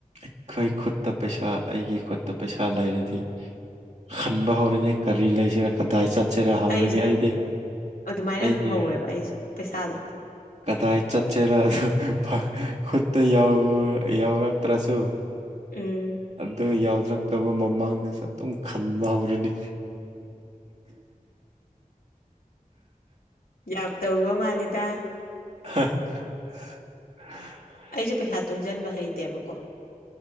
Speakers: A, on the right; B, on the left.
A: ꯑꯩꯈꯣꯏ ꯈꯨꯠꯇ ꯄꯩꯁꯥ ꯑꯩꯒꯤ ꯈꯨꯠꯇ ꯄꯩꯁꯥ ꯂꯩꯔꯗꯤ ꯍꯟꯕ ꯍꯧꯔꯅꯤ ꯀꯔꯤ ꯂꯩꯖꯤꯔꯥ ꯀꯗꯥꯏ ꯆꯥꯠꯁꯤꯔꯥ ꯍꯧꯔꯅꯤ
B: ꯑꯩꯁꯨ
A: ꯑꯩꯗꯤ
B: ꯑꯗꯨꯃꯥꯏꯅ
A: ꯑꯩꯗꯤ
B: ꯑꯗꯨꯝ ꯍꯧꯋꯦꯕ ꯑꯩꯁꯨ ꯄꯩꯁꯥꯗꯣ
A: <inaudible> ꯀꯗꯥꯏ ꯆꯠꯁꯤꯔꯥ ꯑꯗꯨ ꯐ ꯈꯨꯠꯇ ꯌꯥꯎ ꯌꯥꯎꯔꯛꯇ꯭ꯔꯁꯨ
B: ꯎꯝ
A: ꯑꯗꯨ ꯌꯥꯎꯔꯛꯇꯕ ꯃꯃꯥꯡꯗꯁꯨ ꯑꯗꯨꯝ ꯈꯟꯕ ꯍꯧꯔꯅꯤ
B: ꯂꯥꯞ ꯇꯧ ꯋꯥ ꯃꯥꯜꯂꯤꯗ
A: <inaudible>
B: ꯑꯩꯖꯨ ꯄꯩꯁꯥ ꯇꯨꯡꯖꯟꯕ ꯍꯩꯇꯦꯕꯀꯣ